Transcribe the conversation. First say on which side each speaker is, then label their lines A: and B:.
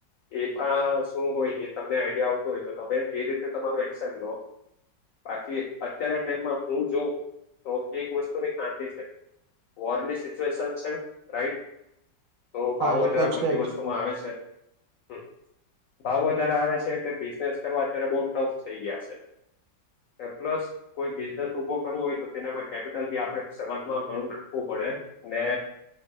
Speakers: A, on the left; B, on the right.
A: એમાં શું હોય એ તમને આઈડિયા આવતું હોય તો તમે એ રીતે તમારું એક્શન લો બાકી અત્યારે ટાઈમમાં હું જોઉં તો એક વસ્તુની <unintelligible> છે વોર ની સિચ્યુએશન છે રાઈટ તો
B: હા
A: ભાવ
B: એ
A: વધારો
B: તો
A: બધી
B: છે જ
A: વસ્તુમાં આવે છે હમ ભાવ વધારે આવે છે એટલે બિઝનેસ કરવા અત્યારે બહુ ટફ થઈ ગયા છે પ્લસ કોઈ બિઝનેસ ઉભો કરવો હોય તો તેનામાં કેપિટલ ભી આપણે શરૂઆતમાં ઘણું રાખવું પડે ને